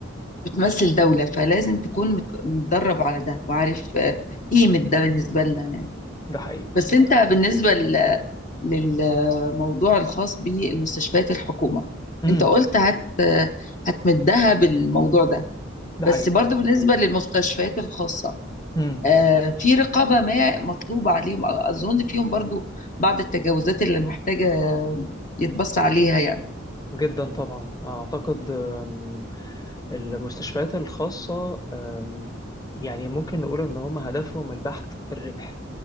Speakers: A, on the left; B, on the left.
A: بتمثل دوله فلازم تكون مت- متدرب على ده وعارف آه، قيمه ده بالنسبه لنا يعني
B: ده حقيقي
A: بس انت
B: ده حقيقي
A: بالنسبه ل- للموضوع الخاص بالمستشفيات الحكومه
B: مم.
A: انت قلت هت هتمدها بالموضوع ده
B: ده
A: بس
B: حقيقي
A: برضو بالنسبه للمستشفيات الخاصه
B: مم.
A: آه، في رقابه ما مطلوبه عليهم اظن فيهم برضو بعض التجاوزات اللي محتاجه يتبص عليها يعني
B: جدا طبعا أعتقد آم، المستشفيات الخاصة آم، يعني ممكن نقول إن هم هدفهم البحث في الربح